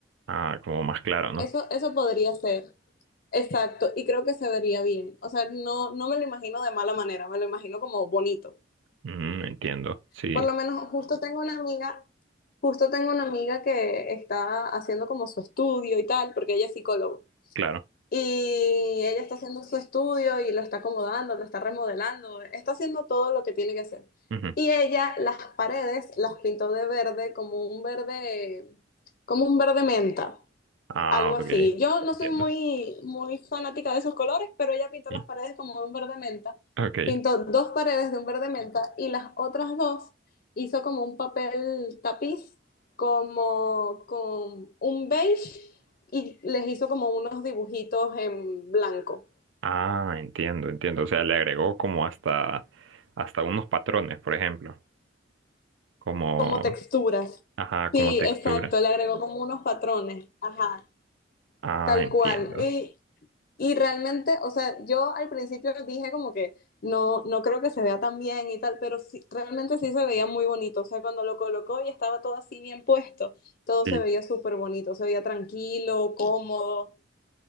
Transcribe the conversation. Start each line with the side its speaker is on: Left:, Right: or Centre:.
Right: Ah, como más claro, ¿no?
Left: Eso, eso podría ser. Exacto, y creo que se vería bien. O sea, no, no me lo imagino de mala manera, me lo imagino como bonito.
Right: Ujú, entiendo. Sí,
Left: Por lo menos, justo tengo una amiga, justo tengo una amiga que está haciendo como su estudio y tal, porque ella es psicóloga.
Right: claro.
Left: Y ella está haciendo su estudio y lo está acomodando, lo está remodelando, está haciendo todo lo que tiene que hacer.
Right: Ujú.
Left: Y ella las paredes las pintó de verde, como un verde, como un verde menta.
Right: Ah,
Left: Algo así.
Right: ok.
Left: Yo no
Right: Entiendo.
Left: soy muy, muy fanática de esos colores, pero ella pintó
Right: Sí.
Left: las paredes como de un verde menta.
Right: Ok.
Left: Pintó dos paredes de un verde menta y las otras dos hizo como un papel tapiz, como con un beige y les hizo como unos dibujitos en blanco,
Right: Ah, entiendo, entiendo. O sea, le agregó como hasta, hasta unos patrones, por ejemplo. Como,
Left: como texturas.
Right: ajá,
Left: Sí,
Right: como textura.
Left: exacto, le agregó como unos patrones. Ajá,
Right: Ah,
Left: tal
Right: entiendo.
Left: cual. Y Y realmente, o sea, yo al principio dije como que no, no creo que se vea tan bien y tal, pero sí, realmente sí se veía muy bonito. O sea, cuando lo colocó y estaba todo así bien puesto, todo
Right: sí
Left: se veía súper bonito, se veía tranquilo, cómodo.